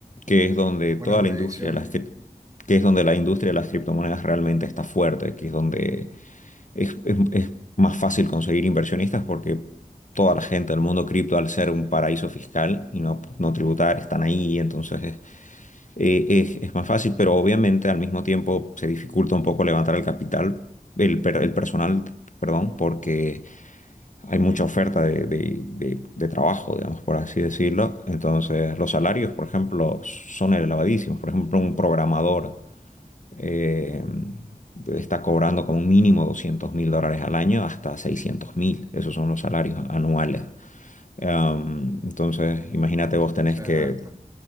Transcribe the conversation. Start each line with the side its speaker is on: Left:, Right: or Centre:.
Left: que es donde
Right: buena
Left: toda
Right: proyección.
Left: la industria, de las, cri- que es donde la industria de las criptomonedas realmente está fuerte, que es donde es, es- es más fácil conseguir inversionistas porque toda la gente del mundo cripto, al ser un paraíso fiscal y no, no tributar, están ahí, entonces es, eh, es- es más fácil, pero obviamente al mismo tiempo se dificulta un poco levantar el capital, el, per- el personal, perdón, porque hay mucha oferta de, de- de- de trabajo, digamos, por así decirlo. Entonces, los salarios, por ejemplo, son elevadísimos. Por ejemplo, un programador eh, está cobrando como mínimo doscientos mil dólares al año hasta seiscientos mil. Esos son los salarios anuales. Em, entonces,
Right: Mm,
Left: imagínate
Right: eso,
Left: vos tenés
Right: eso
Left: que,
Right: es harto.